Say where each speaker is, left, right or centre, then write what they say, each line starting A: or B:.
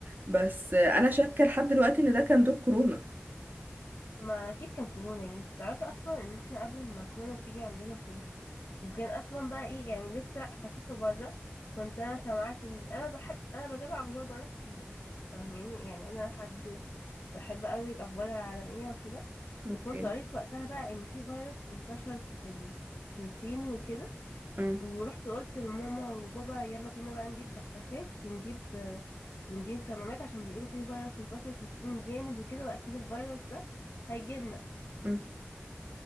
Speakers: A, on the right (about 45°); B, on the left (about 60°).
A: بس انا شاكه لحد دلوقتي ان ده كان دور كورونا
B: ما اكيد كان كورونا يا بنتي تعرفي اصلا ان احنا قبل ما كورونا تيجي عندنا وكده وكان اصلا بقى ايه يعني لسه خفيفه بره كنت انا سمعت ان انا بحب انا بتابع اخبار بره كتير فاهماني يعني انا حد بحب قوي الأخبار العالمية وكده
A: اوكي
B: وكنت قريت وقتها بقى إن في فيروس انتشر في ال... في الصين وكده
A: مم.
B: ورحت قلت لماما وبابا يلا بينا بقى نجيب بخاخات ونجيب ونجيب كمامات عشان بيقولوا فيه فيروس انتشر في الصين جامد وكده وأكيد الفيروس ده هيجيلنا
A: مم.